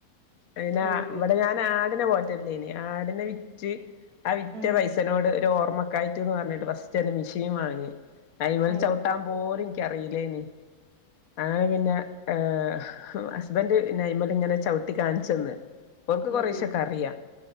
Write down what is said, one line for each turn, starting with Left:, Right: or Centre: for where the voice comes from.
Left: <unintelligible>
Right: അത് ശരി
Left: ഇവിടെ ഞാൻ ആടിനെ പോറ്റൽണ്ടയിനിം ആടിനെ വിറ്റ് ആ വിറ്റ
Right: ഉം
Left: പൈസനോട് ഒരു ഓ ഞമ്മക്കായിറ്റ്ന്ന് പറഞ്ഞിട്ട് ഫസ്റ്റ് ഒരു മിഷീൻ വാങ്ങി അയിന്മല്
Right: അത്
Left: ചവ്ട്ടാൻ
Right: ശരി
Left: പോലും ഇൻ ക്കറിയിലെയിനിം അങ്ങനെ പിന്നെ ഏഹ് ഹസ്ബൻഡ് പിന്നെ അയിന്മേല് ഇങ്ങനെ ചവിട്ടി കാണിച്ചന്ന് ഇപ്പോ
Right: ഉം
Left: കൊറേശെയെക്കെ
Right: ഉം
Left: അറിയാ